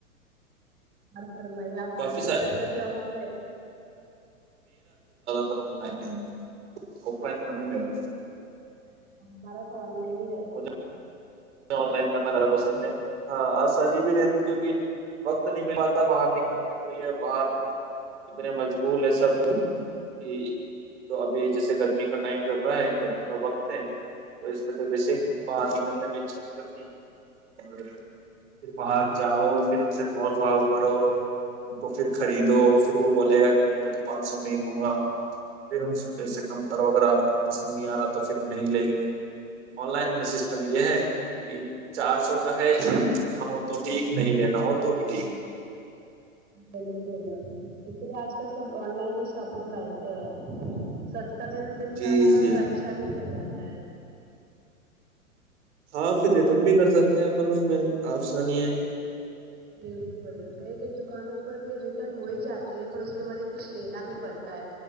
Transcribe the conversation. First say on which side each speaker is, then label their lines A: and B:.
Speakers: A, on the right; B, on the right.
A: اور <unintelligible> اور میں آپ
B: کافی
A: آن لائن
B: سا
A: کرتے کہ آف لائن
B: ن لائن ہے آف لائن تھا ہے میرا
A: اچھا ہمارا تو آن لائن ہی رہتا
B: مجھے
A: ہے
B: آن لائن کرنا زیادہ پسند ہے ہاں آسانی بھی رہ کیونکہ وقت نہیں مل پاتا باہر نکلنے کے لیے باہر اتنے مشغول ہے سب کہ تو ابھی جیسے گرمی کا ٹائم چل رہا ہے گرمی کا وقت ہے تو اس میں تو بیسک باہر نکلنے میں اچھاتی اور پھر باہر جاؤ پھر ان سے مال وال کرو ان کو پھر خریدو پھر وہ بولے گا کہ نہیں میں تو پانچ سو میں ہی دوں گا پھر ان سے پیسے کم کرو اگر آپ کو پسند نہیں آ رہا تو پھر نہیں لیں گے آن لائن میں سسٹم یہ ہے کہ چار سو کا ہےھی لینا ہو تو ٹھیک نہیں لینا ہو تو بھی ٹھیک
A: بالکل اسی لیے آج کل سب آن لائن ہی شاپنگ کرتے ہیں س مل
B: جی
A: جاتا
B: جی
A: ہے اور اچھا بھی مل جاتا سر
B: اپ سے ریٹرن بھی کر سکتے ہیں اپن اس میں اپ سانی ہے
A: بالکل کئی کئی دکانوں پر بھی ریٹرن ہو ہی جاتی ہے پر اس کے بلے کچھ لینا بھی پڑتا ہے